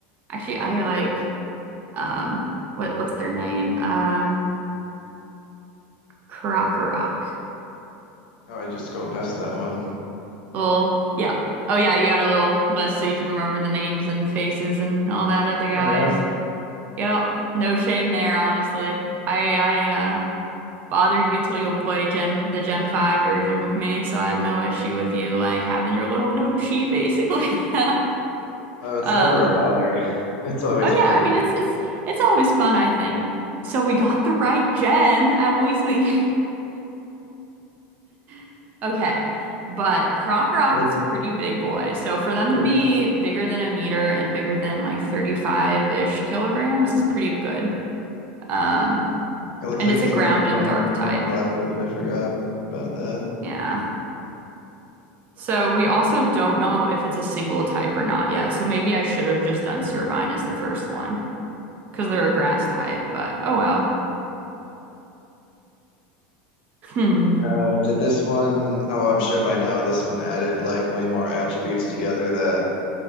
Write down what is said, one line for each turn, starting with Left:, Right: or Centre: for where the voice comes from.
Right: actually I like um what what's their name? Um Krokorok.
Left: Oh, I just scrolled past that one.
Right: Little, yeah. Oh yeah, you got a little list so you can remember the names and faces and all that other guys.
Left: Yeah.
Right: Yep. No shame there, honestly. I I uh bothered you till you'll play Gen the Gen 5 version with me, so I have no issue with you like having your little note sheet basically. <laughs>
Left: Oh, it's
Right: Um,
Left: never a bother. <laughs> It's always
Right: oh
Left: fun.
Right: yeah, I mean it's it's it's always fun, I think. So we got the right gen, at least we <laughs> Okay. But Croc
Left: Look,
Right: is a pretty big boy. So for them
Left: look,
Right: to be bigger than a meter and bigger than like 35-ish kilograms is pretty good. Um,
Left: it looks
Right: and
Left: like
Right: it's
Left: he's
Right: a ground
Left: wearing
Right: and
Left: sun
Right: dark type.
Left: sunglasses. I forgot about that.
Right: Yeah. So we also don't know if it's a single type or not yet. So maybe I should have just done Servine as the first one because they're a grass type, but oh well. Hmm.
Left: No, did this one oh I'm sure by now this one added like way more attributes together that